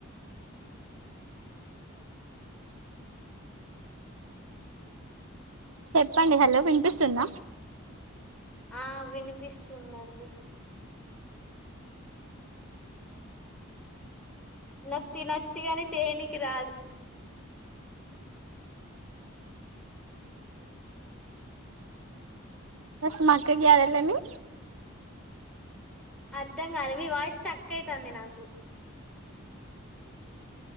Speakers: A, on the right (about 75°); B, in the centre.
A: చెప్పండి హలో వినిపిస్తుంద
B: ఆ వినిపిస్తుందండి నాకు తినొచ్చగాని చేయనికి రాదు
A: బస్ మాక్కకియారాలని
B: అర్ధం కాల మీ వాయిస్ టక్ అయితుంది నాకు